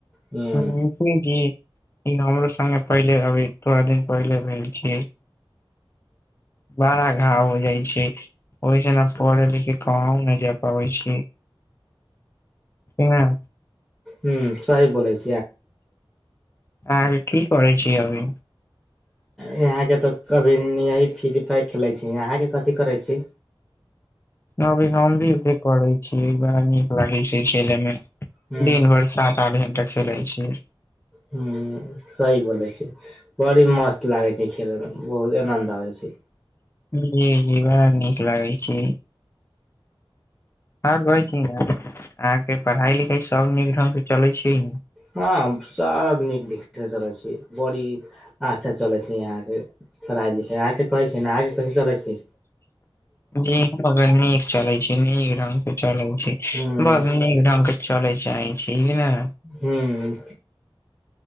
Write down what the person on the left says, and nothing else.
<unintelligible> ई हमरो संगे पहिले अभी थोड़ा दिन पहिले भेल छीयै बड़ा घाव हो जाइ छै ओईस ने पढ़े लिखे कहाँ न जाय पाबै छी ह <unintelligible>
आँ की कहै छी अभी।
अभी हम भी उहे करै छीय बड़ा नीक लागै छै खेलै मे।
दिन भरि सात आठ घंटा खेलै छीयै
जी जी बड़ा नीक लागै छै आर कहै छी न अहाँके पढ़ाइ लिखाइ सब नीक ढंग से चलै छै ने
जी नीक चले छै नीक ढंग से चलै छै
बस नीक ढंग के चलय चाही छी कि नै